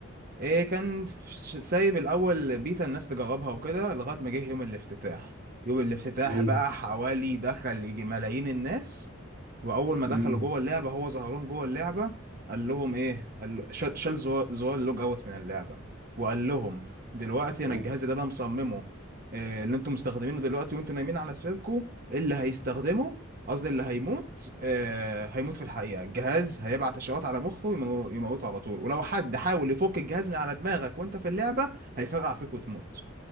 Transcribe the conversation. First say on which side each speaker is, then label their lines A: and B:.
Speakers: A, on the right; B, on the right.
A: ايه كان ف- سايب الاول بيتا الناس تجربها وكده لغايه ما جه يوم الافتتاح يوم الافتتاح
B: ايوه
A: بقى حوالي دخل يجي ملايين الناس واول ما دخلوا
B: امم
A: جوه اللعبه هو ظهر لهم جوه اللعبه قال لهم ايه قال شال شال زوا- زوار اللوج اوت من اللعبه وقال لهم دلوقتي انا
B: أوف.
A: الجهاز اللي انا مصممه إيه اللي انتم مستخدمينه دلوقتي وانتم نايمين على سريركم اللي هيستخدمه قصدي اللي هيموت آه هيموت في الحقيقه الجهاز هيبعت اشارات على مخه يمو- يموته على طول ولو حد حاول يفك الجهاز من على دماغك وانت في اللعبه هيفرقع فيك وتموت